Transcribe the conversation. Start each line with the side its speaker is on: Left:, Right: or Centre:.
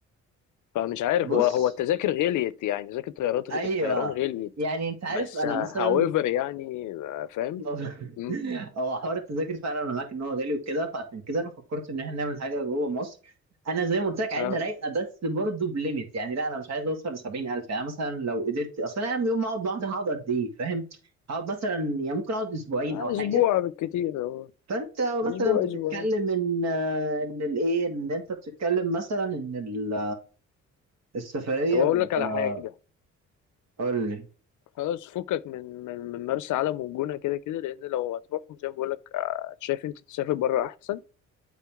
Left: فمش عارف
Right: بص
Left: هو هو التذاكر غليت يعني تذاكر الطيارات الطيران
Right: ايوه
Left: غليت
Right: يعني انت عارف
Left: بس
Right: انا
Left: هاويفر
Right: مثلا
Left: يعني آه، فاهم
Right: <laughs>
Left: مم.
Right: هو حوار التذاكر فعلا انا معاك ان هو غالي وكده فعشان كده انا فكرت ان احنا نعمل حاجه جوه مصر انا زي ما قلت لك عايزها
Left: اه
Right: رايقه بس برضه بليميت يعني لا انا مش عايز اوصل ل 70000 يعني مثلا لو قدرت اصل انا يوم ما اقعد لوحدي هقعد قد ايه فاهم هقعد مثلا يعني ممكن اقعد اسبوعين
Left: آه،
Right: او حاجه
Left: اسبوع بالكتير أهو.
Right: فانت
Left: اسبوع
Right: مثلا بتتكلم
Left: اسبوع
Right: ان آه، ان الايه ان انت بتتكلم مثلا ان ال- السفريه
Left: طب اقول
Right: ب-
Left: لك على حاجه
Right: قول لي
Left: خلاص فكك من من من مرسى علم والجونه كده كده لان لو هتروحهم زي ما بقول لك آه، شايف انت تسافر بره احسن